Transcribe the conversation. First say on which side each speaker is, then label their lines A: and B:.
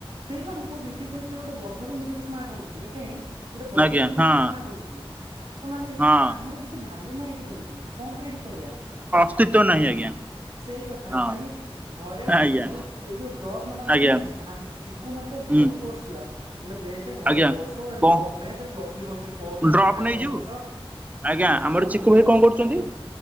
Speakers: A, on the right (about 70°); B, on the right (about 15°).
A: ସେଇପା ମୁଁ କହୁଚି ଏଠି ବି କଛି ଗୋଟେ ଗଧ ବି ନିଜକୁ ସ୍ମାର୍ଟ ଭାବୁଛି ଏଠା ହିଁ ଗୋଟେ ଗଧ
B: ଆଜ୍ଞା
A: ବି ନିଜକୁ
B: ହଁ
A: ସ୍ମାର୍ଟ ଭାବୁଚି। ତ ମାନେ ଏଠି
B: ହଁ।
A: ଆମର କିଛି ଭାଲ୍ୟୁ ନାହିଁ ଏଠି ରହକି କଣ ପାଇଁ ଏଠି ପଢିବା।
B: ସ୍ତିତ୍ୱ ନାହିଁ ଆଜ୍ଞା।
A: ସେଇ କଥା
B: ହଁ
A: ଖାଲି ଘରେ
B: ଆଜ୍ଞା।
A: ମୁଁ ଏଇ ଯୋଉ ଡ୍ରପ ନବା କଥା
B: ଆଜ୍ଞା
A: ନାଇଁ ଭା ଚିକୁ ମତେ
B: ହୁଁ
A: ବହୁତ ଫୋର୍ସ କଲା। କଇଲା ଦେଖେ ଘରେ
B: ଆଜ୍ଞା
A: ବସ।
B: କଣ
A: ଡ୍ରପ୍ ନଁ ସେ ପ୍ଲସ୍ ଥ୍ରୀ ପ୍ଲସ ଥ୍ରୀ ପସନା
B: ଡ୍ରପ୍
A: ମ୍ୟଥ
B: ନେଇଯିବୁ?
A: ଅନରସ
B: ଆଜ୍ଞା
A: ଆରେ
B: ଆମର
A: ଶୁଣ
B: ଚିକୁ ଭାଇ
A: ପୁରା
B: କଣ
A: କଥାଟା
B: କରୁଛନ୍ତି?
A: ଶୁଣ